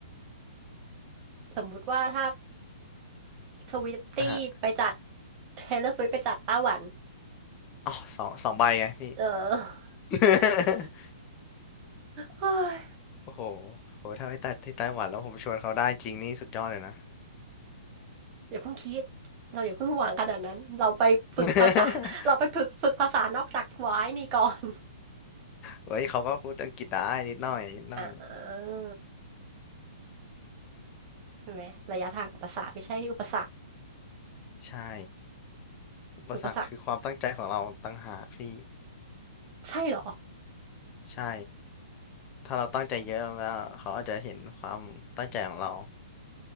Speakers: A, on the right (about 25°); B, on the left (about 25°).
A: สมมุติว่าถ้าสวิฟตี้ไปจัด
B: <laughs> อ่ะฮะ
A: เทเลอร์สวิฟไปจัดไต้หวัน
B: อ๋อสองสองใบไงพี่
A: เออ <laughs>
B: <laughs>
A: เฮ้ย
B: โอ้โหโหถ้าไปตัดที่ไต้หวันแล้วผมชวนเขาได้จริงนี่สุดยอดเลยนะ
A: อย่าเพิ่งคิดเราอย่าเพิ่งหวังขนาดนั้นเราไปฝึกภาษา
B: <laughs>
A: <laughs> เราไปฝึกฝึกภาษานอกจากวายนี่ก่อน
B: เฮ้ยเขาก็พูดอังกฤษได้นิดหน่อยนิดหน่อย
A: <laughs> อ่าใช่ไหมระยะทางกับภาษาไม่ใช่อุปสรรค
B: ใช่อุปสรรคคือความตั้งใจของเราต่างหากพี่
A: อุปสรรคใช่เหรอ
B: ใช่ ถ้าเราตั้งใจเยอะแล้วเขาอาจจะเห็นความตั้งใจของเรา